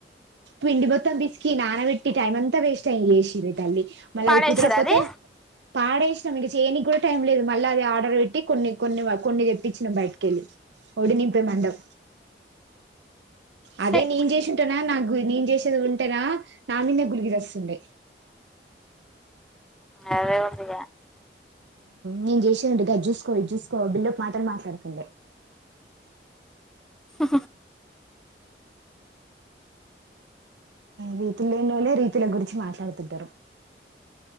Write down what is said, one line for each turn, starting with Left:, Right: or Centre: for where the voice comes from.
Right: పిండి బొత్తం బిస్కి నానబట్టి టైమ్ అంతా వేస్ట్ ఆయి చేసిరే తల్లీ మళ్ళ
Centre: పాడేసిరు
Right: అది కుదురకపోతే
Centre: అది
Right: పాడే సిర్ మీ చేయనికి కూడా టైం లేదు. మళ్ళ అది ఆర్డర్ పెట్టి కొన్ని కొన్ని కొన్ని తెప్పించినం బయటికెళ్ళి ఒడి నింపే మందం. అదే
Centre: ఛే,
Right: నేను చేసి ఉంటానా నాకు నేను చేసేది ఉం టేనా నా మీదనేే గునీకి చస్తుండే.
Centre: అదే ఉందిగా
Right: నేను చేసానుంటె గది చూసుకోవ ఇది చూసుకోవ బిల్డపు మాటలు మాట్లాడుతుండే
Centre: స
Right: రీతీ లేనోల్లె రీతుల గురించి మాట్లాడు తుంటారు.